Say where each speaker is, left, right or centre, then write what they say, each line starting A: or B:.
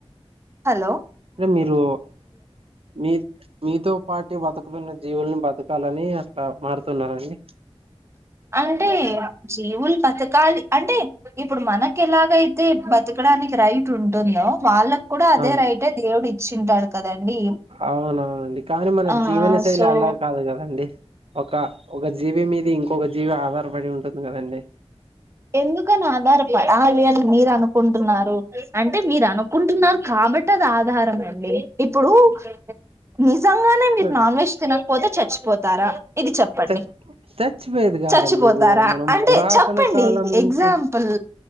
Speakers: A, on the right (about 25°); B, on the right (about 65°).
A: హలో
B: అదే మీరు మీ మీతో పాటి బతుకు కొన్ని జీవుల్ని బతకాలని అట్లా మారుతున్నడి.
A: అంటే ఏ వ. జీవుల్ బతకాలి, అంటే ఇప్పుడు మనకి ఎలాగైతే బతకడానికి రైట్ ఉంటుందో వాళ్ళ. కూడా అదే
B: అవును
A: రైటే దేవుడు ఇచ్చింటాడు. కదండి
B: అవునవునండి కానీ మన
A: ఆ
B: జీవన శైలి
A: సో
B: అలా కాదు కదండి. ఒక ఒక జీవీ మీది ఇంకొక జీవి ఆధారపడి ఉంటుంది గదండి.
A: ఎందుకని ఆధారపడాలి అని మీరు అనుకుంటున్నారు అంటే మీరు అనుకుంటున్నారు కాబట్టి అది ఆధారం మండి ఇప్పుడు మీ. నిజంగానే మీరు
B: ఆ,
A: నాన్ వెజ్ తినకపోతే చచ్చిపోతార. ఇది చెప్పండి,
B: చ చచ్చిపోయేది కాదండి
A: చచ్చిపోతార
B: ఇప్పుడు మనం
A: అంటే
B: పురాతన
A: చప్పండి.
B: కాలం
A: ఎగ్జామ్ఫుల్
B: నుంచి